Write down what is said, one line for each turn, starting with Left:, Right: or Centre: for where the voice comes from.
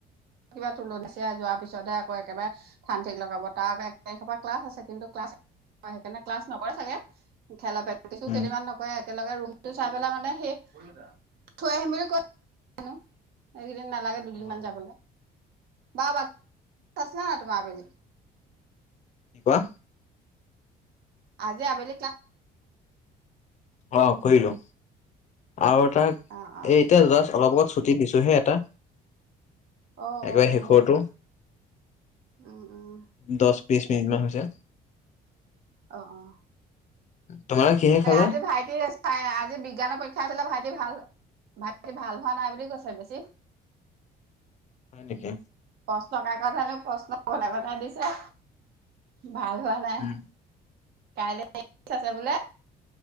Right: কিবা তুলনিছে যোৱাৰ পিছতহে আকৌ একেবাৰে ঠান ঠিক লগাব। তাৰ আকৌ এক তাৰিখৰ পৰা ক্লাছ আছে, কিন্তু ক্লাছ হয়, সেইকাৰণে ক্লাছ নকৰে চাগে খেলা প্ৰেক্টিচো
Left: উম
Right: কেইদিনান নকৰে। একেলগে ৰুমটো চাই পেলাই মানে সেই থৈ আহিম বুলি কৈছে। এইকেইদিন নালাগে দুদিন
Left: অ
Right: মান
Left: অ
Right: যাবলৈ। বা বা আছে তোমাৰ পিনে
Left: কি কোৱা?
Right: আজি আবেলি ক্লাছ
Left: অহ' কৰিলোঁ। আৰু এটাক
Right: অ অ
Left: এই এতিয়া জাষ্ট অলপ আগত ছুটি দিছোহে এটা
Right: অ'
Left: একেবাৰে
Right: অ'
Left: শেষৰটো
Right: অ' উম, উম।
Left: দহ বিশ মিনিটমান হৈছে।
Right: অহ' অ'
Left: তোমালোকে কিহে খালা
Right: আজি ভাইটিৰ চ আজি বিজ্ঞানৰ পৰীক্ষা আছিলে ভাইটি ভাল ভাইটি ভাল হোৱা নাই বুলি কৈছে বেছি।
Left: হয় নেকি।
Right: প্ৰশ্ন কাকত হেনো প্ৰশ্ন কন বনাই বনাই দিছে ভাল হোৱা নাই।
Left: উম
Right: কাইলৈ ইংলিছ আছে বোলে।